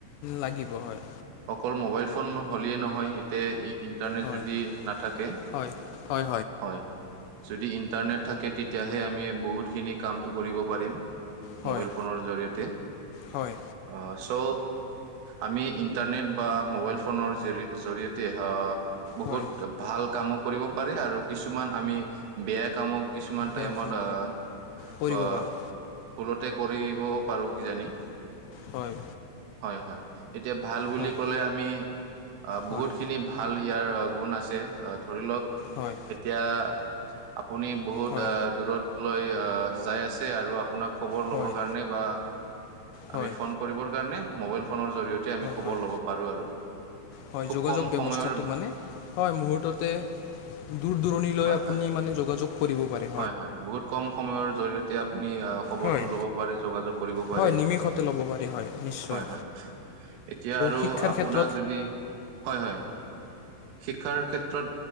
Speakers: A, on the left; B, on the right.
A: লাগিব হয়,
B: অকল মোবাইল ফোন হ'লেই নহয় এতিয়া ইতে ইণ্টাৰনেট
A: হয়,
B: যদি নাথাকে
A: হয়, হয়,
B: হয়। যদি ইন্টাৰনেট থাকে তেতিয়াহে আমি বহুতখিনি কামটো কৰিব পাৰিম।
A: হয়,
B: মোবাইল ফোনৰ জৰিয়তে
A: হয়,
B: অহ চ' আমি ই ইণ্টাৰনেট বা মোবাইল ফোনৰ জৰিয়তে হওঁক বহুত
A: হয়,
B: ভাল কামক কৰিব পাৰে আৰু কিছুমান আমি বেয়া কামক কিছুমান
A: বেয়া
B: টাইমত অহ
A: কৰিব
B: ক
A: পাৰোঁ,
B: ভুলতে কৰিব পাৰোঁ কিজানি।
A: হয়
B: হয়। এতিয়া ভাল বুলি
A: হয়,
B: কলে আমি বহুতখিনি
A: হয়, হয়,
B: ভাল ইয়াৰ গুণ আছে। ধৰি লওক
A: হয়,
B: এতিয়া আপুনি বহুত
A: হয়,
B: দূৰ দূৰলৈ যাই আছে আৰু আপোনাক। খবৰ লব
A: হয়,
B: কাৰণে বা
A: হয়,
B: আমি ফোন কৰিব কাৰে মবাইল ফোনৰ জৰিয়তে। তেতিয়া আমি খবৰ
A: হয়,
B: ল'ব পাৰো আৰু
A: হয়
B: খুব
A: যোগাযোগ
B: কম
A: ব্যৱস্থাটো
B: সময়ৰ
A: মানে হয় মুহূৰ্ততে দূৰ দূৰণিলৈ
B: হয়,
A: আপুনি
B: হয়,
A: মানে যোগাযোগ কৰিব পাৰে
B: হয় হয় বহুত কম সময়ৰ জৰিয়তে আপুনি খবৰটো
A: হয়,
B: লব পাৰে যোগাযোগ কৰিব পাৰে
A: হয়, নিমিষতে ল'ব পাৰি হয়, নিশ্চয়।
B: হয় হয় এতিয়া আৰু
A: শিক্ষাৰ
B: আপোনাক
A: ক্ষেত্ৰত
B: যদি হয় হয় শিক্ষাৰ ক্ষেত্ৰত